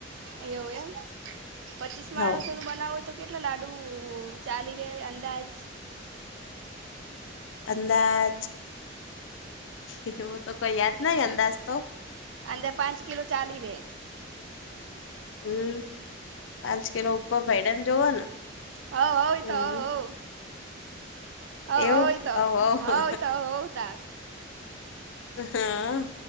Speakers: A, on the right (about 75°); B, on the left (about 80°).
A: એવું એમ પચીસ
B: હઉ
A: માણસોનું બનાવું તો. કેટલા લાડુ ચાલી રહે, અંદાજ
B: અંદાજ એવું તો કોઈ યાદ નહી, અંદાજ તો
A: અંદાજે પાંચ કિલો ચાલી રે.
B: હમ, પાંચ કિલો ઉપર ભૈડન જોવો ને.
A: હ, હો એ
B: હમ
A: તો હો, હો. હ
B: એવું
A: હોય તો,
B: હવ હવ
A: હોય તો હોત.
B: હા.